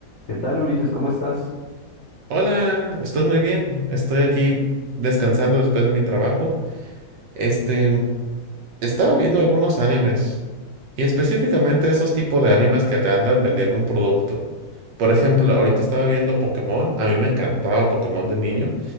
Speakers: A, on the left; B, on the right.
A: ¿Qué tal, Ulises? ¿Cómo estás?
B: Hola, estoy muy bien. Estoy aquí descansando después de mi trabajo. Este, estaba viendo algunos animes y específicamente esos tipos de
A: Ah,
B: animes que te andan vendiendo un producto. Por ejemplo, ahorita estaba viendo Pokémon. A mí me encantaba Pokémon de niño.